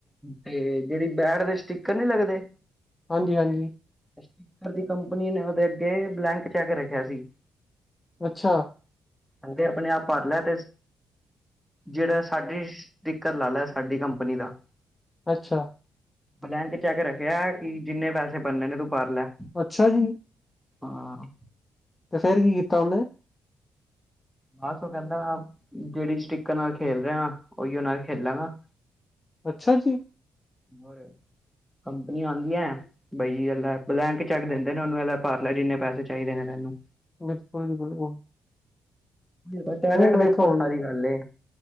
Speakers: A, in the centre; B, on the left.
A: ਤੇ ਜੇੜੀ ਬੈਟ ਦੇ ਸਟਿਕਰ ਨੀ ਲੱਗਦੇ
B: ਹਾਂਜੀ-ਹਾਂਜੀ।
A: ਸਟਿਕਰ ਦੀ ਕੰਪਨੀ ਨੇ ਉਦੇ ਅੱਗੇ ਬਲੈਂਕ ਚੈੱਕ ਰੱਖਿਆ ਸੀ।
B: ਅੱਛਾ।
A: ਕੇੰਦੇ ਆਪਣੇ ਆਪ ਭਰ ਲੈ ਏਦੇ ਚ। ਜੇੜਾ ਸਾਡੀ ਸਟੀਕਰ ਲਾ ਲੇ ਸਾਡੀ ਕੰਪਨੀ ਦਾ।
B: ਅੱਛਾ।
A: ਬਲੈਂਕ ਚੈੱਕ ਰੱਖਿਆ ਕਿ ਜਿੰਨੇ ਪੈਸੇ ਬਨੇ ਨੇ ਤੂੰ ਪਰ ਲੈ।
B: ਅੱਛਾ ਜੀ।
A: ਹਾਂ।
B: ਤੇ ਫੇਰ ਕੀ ਕੀਤਾ ਉਹਨੇ।
A: ਬਸ ਉਹ ਕਹਿੰਦਾ, ਜਿਹੜੀ ਸਟਿਕਰ ਨਾਲ ਖੇਲ ਰਿਹਾ, ਉਹੀਓ ਨਾਲ ਖੇਲਾਂਗਾ।
B: ਅੱਛਾ ਜੀ।
A: ਹੋਰ, ਕੰਪਨੀਆਂ ਆਉਂਦੀਆ ਬਾਈ ਜੀ ਲੈ ਬਲੈਂਕ ਚੈੱਕ ਦਿੰਦੇ ਨੇ ਉਹਨੂੰ ਏਲੈ ਪਰ ਲੈ ਜਿੰਨੇ ਪੈਸੇ ਚਾਹੀਦੇ ਨੇ ਤੈਨੂੰ।
B: <unintelligible>
A: ਬਸ ਟੈਲੈਂਟ
B: ਵੇਖੋ
A: ਦੇ ਉੱਪਰ
B: ਹੁਣ।
A: ਸਾਰੀ ਗੱਲ ਏ।